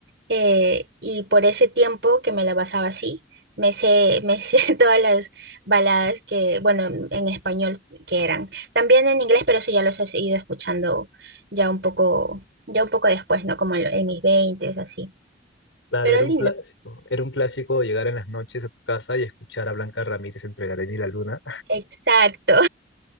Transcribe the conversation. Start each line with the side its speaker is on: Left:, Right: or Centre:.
Right: Eh, y por ese tiempo que me la pasaba así, me sé, me sé <laughs> todas las baladas que, bueno, en español que eran. También en inglés, pero eso ya los he ido escuchando ya un poco ya un poco después, ¿no? Como en, lo- en mis veintes, así.
Left: Claro,
Right: Pero
Left: era
Right: lindo.
Left: un clásico. Era un clásico llegar en las noches a tu casa y escuchar a Blanca Ramírez entre la arena y la luna
Right: Exacto,